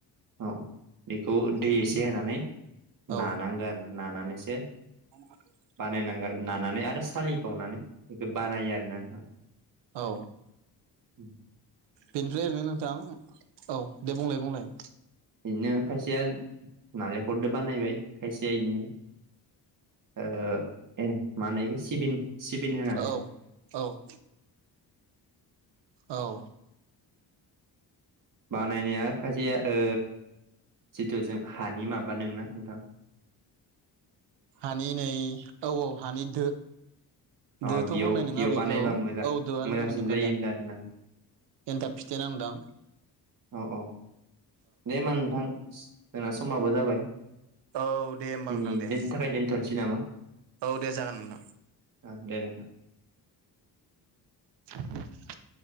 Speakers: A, on the right; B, on the right.
A: औ बेखौ दै एसे होनानै
B: औ
A: नानांगो आरो नानानैसो
B: <unintelligible>
A: बानायनांगो आरो नानानै आरो सालिबावनानै बेखौ बानायो आरोना नोंथां
B: औ
A: उम
B: बेनिफ्राय ओरैनो नोंथां औ दे बुंलाय बुंलाय
A: इदिनो खायसेया नालेंखरदो बानायबाय खायसेया इदिनो ओ ए मा होनो इखो सिबिन सिबिन हो
B: औ औ औ
A: बानायनाया खायसे ओ जिथु जों हानि माबा दोंना नोंथां
B: हानि नै औ औ हानि दो
A: अ
B: दोथ
A: बेयाव
B: बुंनाय नङा
A: बेयाव
B: बेखौ
A: बानायबा
B: औ
A: मोजां
B: दोआनो
A: मोजांसिन
B: बुंगोनखोदां
A: जायो होनदों आरोना नोंथां।
B: एन्थाब फिथायाना नोंथां
A: औ औ दे होमबा नोंथां जोंना समाबो जाबाय
B: औ दे होमबा
A: दिनै
B: नोंथां दे
A: दोनैनि थाखाय दोन्थनोसै नामा
B: औ दे जागोन नोंथां
A: ओ दे नोंथां
B: <inaudible>